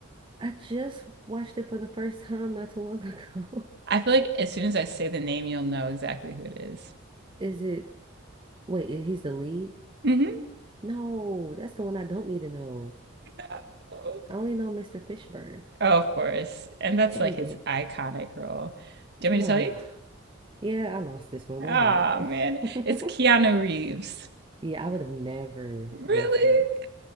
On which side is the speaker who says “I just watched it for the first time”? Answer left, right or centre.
Right